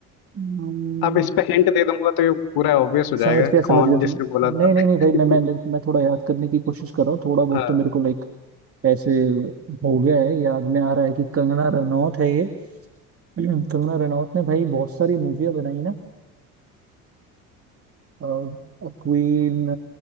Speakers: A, on the right; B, on the left.
A: अम्म,
B: अब इस पे हिंट दे दूंगा तो ये पूरा ऑब्वियस हो
A: समझ
B: जाएगा
A: गया समझ
B: कौन
A: गया
B: जिसने
A: तुम
B: बोला था
A: नहीं नहीं
B: <laughs>
A: नहीं भाई मैं मैं मेरे- मैं थोड़ा याद करने की कोशिश कर रहा हूँ थोड़ा बहुत
B: हाँ
A: तो मेरे को लाइक ऐसे हो गया है याद में आ रहा है कि कंगना रनौत है ये <clears throat> कंगना रनौत ने भाई बहुत सारी मूवियाँ बनाई ना क्वीन